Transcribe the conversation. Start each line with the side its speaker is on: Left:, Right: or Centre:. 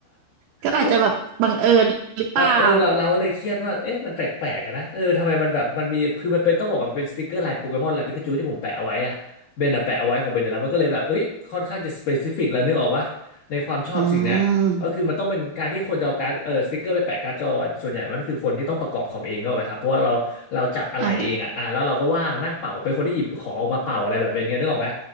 Right: ก็อาจจะแบบบังเอิญหรือเปล่า
Left: <laughs> เราเออเราเราก็เลยเครียดว่าเอ๊ะมันแปลกๆอะนะเออทำไมมันแบบมันมีคือมันเป็นต้องบอกว่ามันเป็นสติกเกอร์ลายโปเกมอนลายปิกาจูที่ผมแปะเอาไว้อะเบนอะแปะเอาไว้ของเบนเนี่ยแล้วมันก็เลยแบบเอ้ยค่อนข้างจะสเปซิฟิกแล้วนึกออกปะในความชอบสิ่งเนี้ยก็คือมันต้องเป็นการที่คนจะเอาการดเออสติกเกอร์ไปแปะการ์ดจออะส่วนใหญ่มันคือคนที่ต้องประกอบคอมเองเนกอะไหมครับเพราะว่าเราเราจับอะไหล่เองอะอ่าแล้วเราก็ว่างนั่งเป่าเป็นคนที่หยิบของออกมาเป่าอะไรแบบเบนเงี้ยนึกออกไหม
Right: <laughs> อืมอ่า